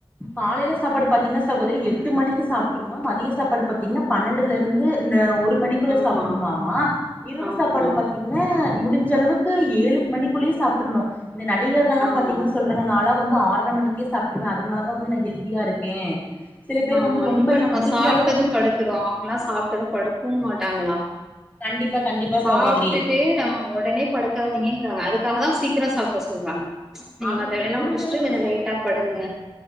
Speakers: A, on the left; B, in the centre.
A: காலையில சாப்பாடு பாத்திங்கன்னா சகோதரி எட்டு மணிக்கு சாப்ட்ருனுமா மதிய சாப்பாடு பாத்திங்கன்னா பன்னெண்டுல லருந்து இந்த ஒரு மணிக்குள்ள
B: ஆமா
A: சாப்படுணுமாமா இரவு
B: ஆமா
A: சாப்பாடு பத் <unintelligible> முடிஞ்ச அளவுக்கு ஏழு மணிக்குள்ளயு சாப்டர்னு இந்த நடிகர்கள்லா
B: ஆமா
A: பாத்திங்கன்னா சொல் றாங்க நாளா வந்து ஆர்ற மணிக்கே சாப்டுருவ அதனாலதா வந்து நா ஹெல்தியா இருக்கே சில பேர்
B: ஆமா
A: வந்து ரொம்ப
B: இப்ப நம்ம
A: முடிஞ்ச
B: சாப்ட்டது
A: அளவுக்கு
B: படுக்கறோ அவங்களா சாப்ட்டது படுக்கவு மாட்டாங்களா
A: கண்டிப்பா கண்டிப்பா
B: சாப்டுட்டு
A: சகோதரி
B: ஆ ஒடனே படுக்காதிங்கிறாங்க அதுக்காக தா சீக்கிரோ சாப்பட சொல்றாங்க நீங்க
A: ஆமா
B: மத்த வேலைலா
A: முடிஞ்ச
B: முடிச்சிட்டு
A: அளவுக்கு
B: கொஞ்சோ
A: சகோதரி
B: லேட்டா படுங்க